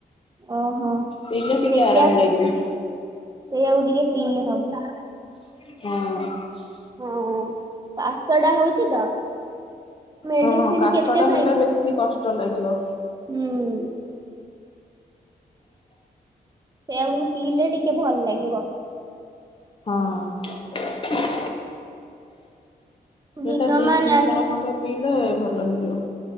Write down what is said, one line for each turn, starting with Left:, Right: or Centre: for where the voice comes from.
Right: ଓହୋ।
Left: ପିଇଲେ ଟିକେ
Right: ଦେଖିବା
Left: ଆରାମ ଲାଗିବ।
Right: ସେଇଆକୁ ଟିକେ ପିଇଲେ ହବ।
Left: ହୁଁ।
Right: ହଁ କାଶଟା ହଉଛି ତ? ମେଡିସିନ
Left: ହଁ କାଶଟା
Right: କେତେ ଖାଇବି
Left: ହେଲେ ବେଶୀ କଷ୍ଟ ଲାଗିବ।
Right: ହୁଁ। ସେଇଆକୁ ପିଇଲେ ଟିକେ ଭଲ ଲାଗିବ।
Left: ହଁ। ସେଇଟା
Right: ଦିନ
Left: ଦିଇ
Right: ମାନ
Left: ତିନି
Right: ଆଜି
Left: ଥର ଖଣ୍ଡେ ପିଇଲେ ଭଲ ହେଇଯିବ।